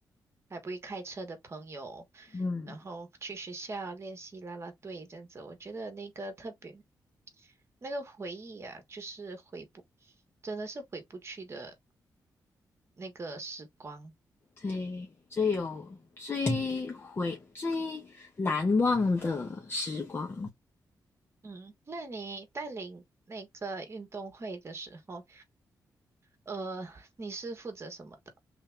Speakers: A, on the right; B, on the left.
A: 还不会开车的朋友，
B: 嗯，
A: 然后去学校练习啦啦队这样子，我觉得那个特别那个回忆啊，就是回不，真的是回不去的那个时光。
B: 对，最有最回最难忘的时光，
A: 嗯，那你带领那个运动会的时候，呃，你是负责什么的？